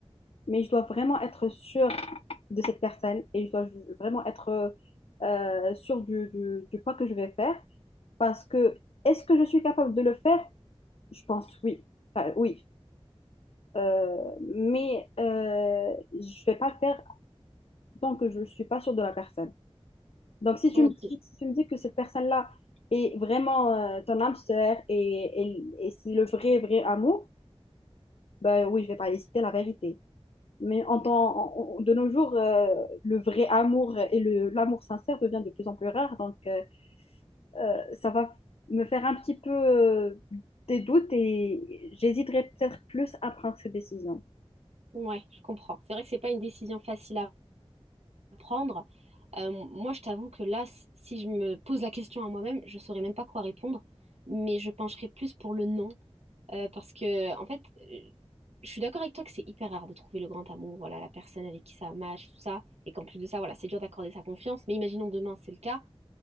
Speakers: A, on the left; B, on the right.
A: mais je dois vraiment être sûre de cette personne et je dois vraiment être euh, sûre du, du, du pas que je vais faire parce que est-ce que je suis capable de le faire? Je pense oui. Enfin, oui, Euh, mais euh, je vais pas le faire tant que je ne suis pas sûre de la personne. Donc, si tu
B: Ok,
A: me dis, si tu me dis que cette personne-là est vraiment euh, ton âme sœur et, et, et c'est le vrai, vrai amour, ben oui, je vais pas hésiter, la vérité. Mais en temps, en- en- de nos jours, euh, le vrai amour et le, l'amour sincère devient de plus en plus rare. Donc, euh, euh, ça va me faire un petit peu euh, des doutes et j'hésiterai peut-être plus à prendre cette décision.
B: ouais, je comprends. C'est vrai que c'est pas une décision facile à prendre. Euh, moi, je t'avoue que là, s- si je me pose la question à moi-même, je saurais même pas quoi répondre, mais je pencherais plus pour le non, euh, parce que en fait, euh, je suis d'accord avec toi que c'est hyper rare de trouver le grand amour, voilà, la personne avec qui ça match, tout ça, et qu'en plus de ça, voilà, c'est dur d'accorder sa confiance. Mais imaginons demain, c'est le cas.